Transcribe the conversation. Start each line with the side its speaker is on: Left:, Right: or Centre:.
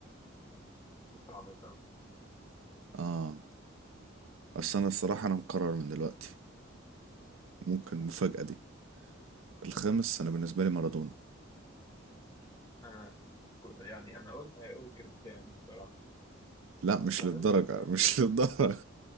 Left: مم. دي صعبة صعبة
Right: اه بس انا الصراحة انا مقرر من دلوقتي ممكن المفاجأة دي الخامس انا بالنسبة لي مارادونا
Left: أنا ك- يعني أنا قلت هيقول كريستيانو بصراحة
Right: لا
Left: أنا قلت
Right: مش
Left: هيقول
Right: للدرجة
Left: كريستيانو
Right: مش <laughs> للدرجة
Left: <laughs>